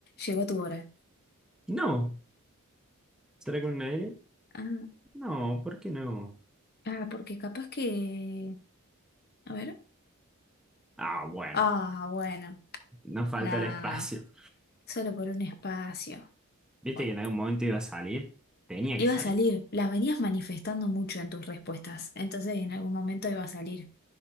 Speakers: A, on the left; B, in the centre.
A: Llegó tu hora.
B: No. ¿Será con una L?
A: Ah,
B: No, ¿por qué no?
A: ah, porque capaz que... A ver.
B: Ah, bueno.
A: Ah, bueno,
B: Nos falta
A: nada,
B: el espacio.
A: solo por un espacio.
B: ¿Viste
A: Bueno,
B: que en algún momento iba a salir? Tenía
A: iba
B: que salir.
A: a salir, la venías manifestando mucho en tus respuestas, entonces en algún momento iba a salir.